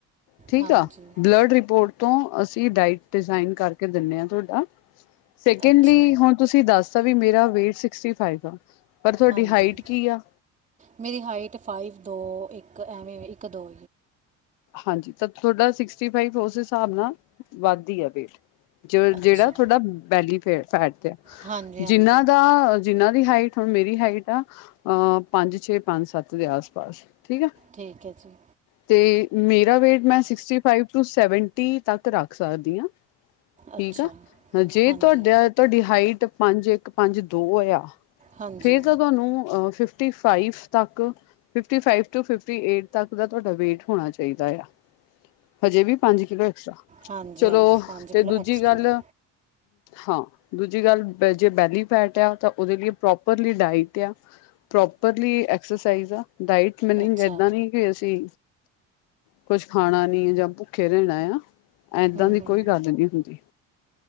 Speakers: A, on the left; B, on the right.
A: ਠੀਕ
B: ਹਾਂਜੀ
A: ਆ, ਬਲੱਡ ਰਿਪੋਰਟ ਤੋਂ ਅਸੀਂ ਡਾਇਟ ਡਿਜ਼ਾਇਨ ਕਰਕੇ ਦਿੰਨੇ ਅ ਤੁਹਾਡਾ ਸੈਕਿੰਡਲੀ
B: ਅੱਛਾ
A: ਹੁਣ ਤੁਸੀਂ ਦੱਸਦਾ, ਵੀ ਮੇਰਾ ਵੇਟ ਸਿਕਸਟੀ ਫਾਈਵ ਆ। ਪਰ ਤੁਹਾਡੀ
B: ਹਾਂਜੀ
A: ਹਾਈਟ ਕੀ ਆ?
B: ਮੇਰੀ ਹਾਈਟ ਫਾਈਵ ਦੋ, ਇੱਕ ਐਵੇਂ ਵੇਂ, ਇੱਕ ਦੋ
A: ਹਾਂਜੀ, ਤਾਂ ਤੁਹਾਡਾ ਸਿਕਸਟੀ ਫਾਈਵ ਉਸ ਹਿਸਾਬ ਨਾਲ, ਵੱਧ ਈ ਆ ਵੇਟ। ਜਿਹੜਾ
B: ਅੱਛਾ
A: ਥੁਡਾ, ਬੈਲੀ ਫੇ ਫੈਟਦੇ ਆ।
B: ਹਾਂਜੀ
A: ਜਿਹਨਾਂ
B: ਹਾਂਜੀ
A: ਦਾ ਜਿੰਨਾਂ ਦੀ ਹਾਈਟ, ਹੁਣ ਮੇਰੀ ਹਾਈਟ ਆ ਅ ਪੰਜ ਛੇ, ਪੰਜ ਸੱਤ ਦੇ ਆਸ ਪਾਸ, ਠੀਕ ਆ।
B: ਠੀਕ ਹੈ ਜੀ।
A: ਤੇ ਮੇਰਾ ਵੇਟ ਮੈਂ ਸਿਕਸਟੀ ਫਾਈਵ ਟੂ, ਸੈਵਨਟੀ ਤੱਕ ਰੱਖ ਸਕਦੀ ਹਾਂ। ਠੀਕ
B: ਅੱਛਾ।
A: ਆ ਜੇ
B: ਹਾਂਜੀ
A: ਤੁਹਾਡਾ, ਤੁਹਾਡੀ ਹਾਈਟ ਪੰਜ ਇੱਕ ਪੰਜ ਦੋ ਏਆਂ
B: ਹਾਂਜੀ
A: ਫੇਰ ਤਾਂ ਤੁਹਾਨੂੰ ਫਿਫਟੀ ਫਾਈਵ ਤੱਕ, fifty five to fifty eight ਤੱਕ ਦਾ, ਤੁਹਾਡਾ ਵੇਟ ਹੋਣਾ ਚਾਹੀਦਾ ਏ ਆ। ਹਜੇ ਵੀ ਪੰਜ ਕਿਲੋ ਐਕਸਟਰਾ
B: ਹਾਂਜੀ
A: ਚਲੋ,
B: ਹਾਂਜੀ
A: ਤੇ
B: ਕਿਲੋ
A: ਦੂਜੀ
B: ਐਕਸਟਰਾ
A: ਗੱਲ, ਹਾਂ ਦੂਜੀ ਗੱਲ ਜੇ ਬੈਲੀ ਫੈਟ ਆ, ਉਹਦੇ ਲਈ ਪ੍ਰੋਪਰਲੀ ਡਾਈਟ ਏ ਆ। ਪ੍ਰੋਪਰਲੀ ਐਕਸਰਸਾਈਜ਼ ਆ, ਡਾਇਟ ਮੀਨਿੰਗ
B: ਅੱਛਾ
A: ਏਦਾਂ ਨਹੀਂ ਕਿ ਅਸੀਂ, ਕੁਛ ਖਾਣਾ ਨੀ ਜਾਂ ਭੁੱਖੇ ਰਹਿਣਾ ਆ ਏਦਾਂ
B: ਹੂੰ
A: ਦੀ
B: ਹੂੰ
A: ਕੋਈ ਗੱਲ ਨਹੀਂ ਹੁੰਦੀ।